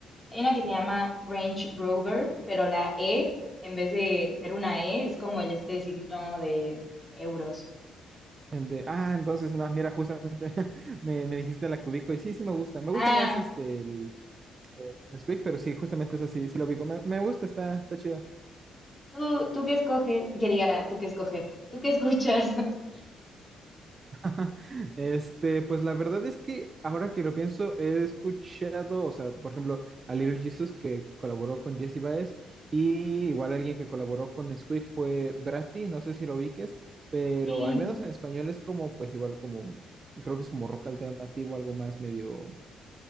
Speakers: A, on the left; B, on the right.
A: hay una que se llama Range Rover, pero la E, en vez de ser una E, es como el este signo de euros.
B: El de, ah, entonces, no, mira, justamente <laughs> me, me dijiste la que ubico y sí, sí me gusta. Me
A: Ah,
B: gusta más este, el eh, Nesquik, pero sí, justamente es así sí lo ubico. Me, me gusta, está, está chida.
A: ¿Tú, tú qué escoges? Que diga, ¿tú qué escoges? ¿Tú qué escuchas? <laughs>
B: <laughs> Este, pues la verdad es que ahora que lo pienso, he escuchado, o sea, por ejemplo, a Little Jesus que colaboró con Jesse Baez y igual alguien que colaboró con Squeak fue Bratty, no sé si lo ubiques, pero
A: Sí,
B: al menos en español es como, pues igual como, creo que es como rock alternativo, algo más medio